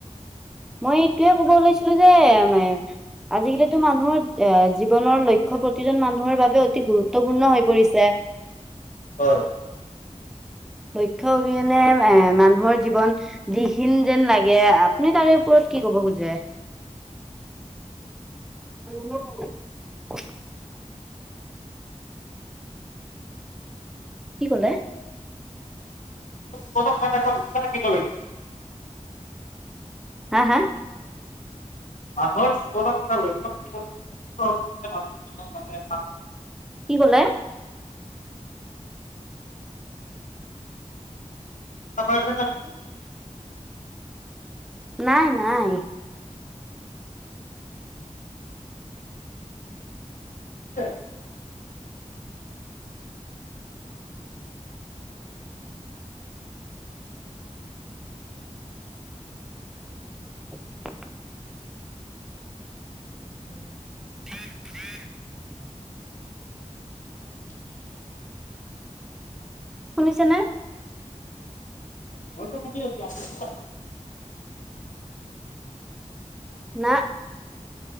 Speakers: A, in the centre; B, on the left.
A: মই এইটোয়ে কব ওলাইছিলো যে মে এম <unintelligible> আজিকালিতো মানুহৰ এ জীৱনৰ লক্ষ্য প্ৰতিজন মানুহৰ বাবে অতি গুৰুত্বপূৰ্ণ হৈ পৰিছে। <inaudible>
B: হয়।
A: লক্ষ্য অবিহনে এ মানুহৰ জীৱন বিহিন যেন লাগে আপুনি তাৰে ওপৰত কি কব খোজে। <unintelligible> কি ক'লে?
B: কত ক'ত ক ক দিবলৈও?
A: হা হা?
B: মানুহৰ জীৱনত এটা লক্ষ্য থাকিব মানুহ মানুহে
A: কি কলে?
B: <unintelligible>
A: নাই নাই
B: কে
A: <inaudible>
B: উম
A: <unintelligible>
B: আ <inaudible>
A: শুনিছেনে?
B: মই টো শুনি আছো। আপুনি?
A: না